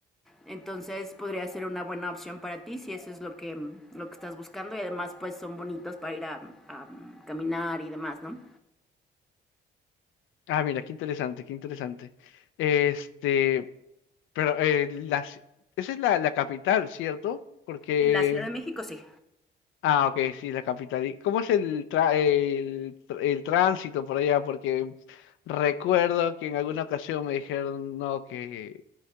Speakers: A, in the centre; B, on the left.
A: entonces podría ser una buena opción para ti si eso es lo que, lo que estás buscando y además, pues, son bonitos para ir a, a caminar y demás, ¿no?
B: Ah, mira, qué interesante, qué interesante. Este, pero eh, las, esa es la, la capital, ¿cierto? Porque
A: La Ciudad de México sí.
B: Ah, ok, sí, la capital. ¿Y cómo es el, tra- el, tr- el tránsito por allá? Porque recuerdo que en alguna ocasión me dijeron, no, que